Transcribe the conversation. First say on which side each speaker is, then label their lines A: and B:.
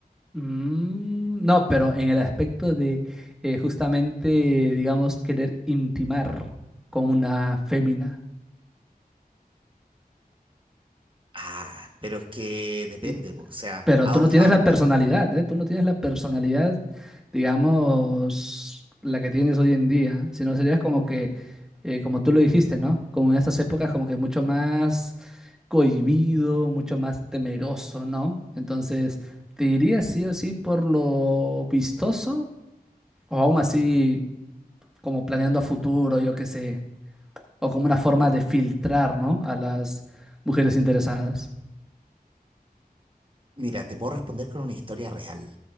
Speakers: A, in the centre; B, on the right.
A: Mm, no, pero en el aspecto de eh, justamente, digamos, querer intimar con una fémina.
B: Ah, pero es que depende,
A: Eh,
B: po, o sea,
A: Pero
B: ¿a
A: tú
B: dónde-
A: no tienes
B: a dónde-
A: la personalidad,
B: a-
A: ¿eh? Tú no tienes la personalidad, digamos, la que tienes hoy en día, sino serías como que, eh, como tú lo dijiste, ¿no? Como en esas épocas, como que mucho más cohibido, mucho más temeroso, ¿no? Entonces, ¿te dirías sí o sí por lo vistoso o aún así como planeando a futuro, yo qué sé, o como una forma de filtrar, ¿no? A las mujeres interesadas.
B: Mira, te puedo responder con una historia real.